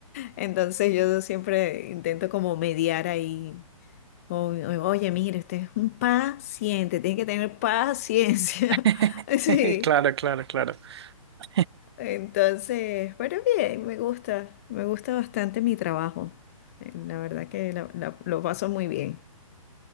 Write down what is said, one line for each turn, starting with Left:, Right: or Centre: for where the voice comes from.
Left: Entonces yo siempre intento como mediar ahí. O- o- Oye, mire, usted es un paciente, tiene que tener paciencia.
Right: <laughs>
Left: <laughs> Sí,
Right: Claro, claro, claro. <laughs>
Left: Entonces, bueno, bien, me gusta, me gusta bastante mi trabajo. Eh, La verdad que la- la- lo paso muy bien.